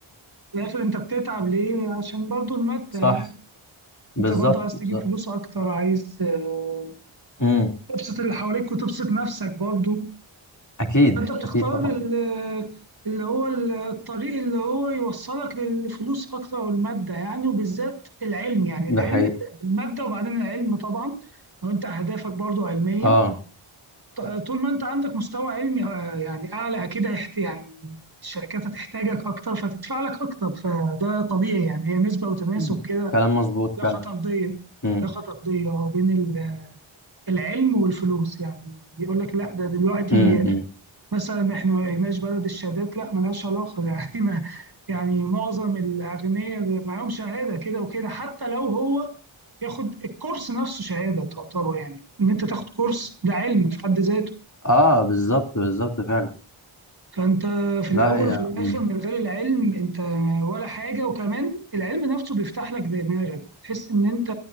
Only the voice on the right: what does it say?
في الآخر أنت بتتعب ليه عشان برضو المادة
أنت برضو عايز
تجيب فلوس أكتر عايز آه،
تبسط اللي حواليك وتبسط نفسك برضو
فأنت بتختار
ال- اللي هو الطريق اللي هو يوصلك للفلوس أكتر والمادة يعني وبالذات العلم يعني
العلم
المادة وبعدين العلم طبعا لو أنت أهدافك برضو علمية
ط- طول ما انت عندك مستوى علمي آه، يعني اعلى اكيد هيحت يعني الشركات هتحتاجك اكتر فتدفع لك اكتر فده طبيعي يعني هي نسبة وتناسب
كده
لا
خطردية
لا خطردية بين ال- العلم والفلوس يعني يقول لك لا ده دلوقتي
مثلا احنا ما بقيناش بلد الشهادات لا ملهاش علاقة <laughs> يعني ما يعني معظم الاغنياء معاهم شهادة كده وكده حتى لو هو ياخد الكورس نفسه شهادة تعتبر يعني ان انت تاخد كورس ده علم في حد ذاته
فانت في
الاول
وفي
الاخر من غير العلم انت ولا حاجه وكمان العلم نفسه بيفتح لك دماغك تحس ان انت